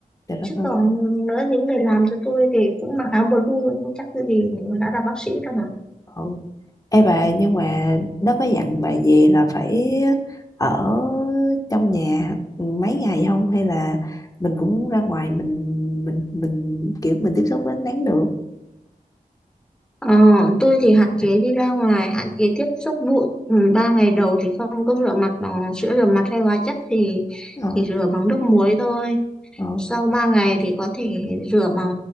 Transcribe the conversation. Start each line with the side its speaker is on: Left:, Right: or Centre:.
Left: Trời
Centre: chứ
Left: đất ơi.
Centre: còn nữa những người làm cho tôi thì cũng mặc áo blue nhưng chắc tôi thì đã là bác sĩ đâu mà
Left: Ừ. Ê bà nhưng mà nó có dặn bà gì là phải ở trong nhà mấy ngày không hay là mình cũng ra ngoài mình mình mình kiểu mình tiếp xúc với ánh nắng được
Centre: Ờ, tôi thì hạn chế đi ra ngoài, hạn chế tiếp xúc bụi. Ừ, ba ngày đầu thì không có rửa mặt bằng sữa rửa mặt hay hóa chất thì
Left: ờ
Centre: thì rửa bằng nước muối thôi.
Left: ờ
Centre: Sau 3 ngày thì có thể rửa bằng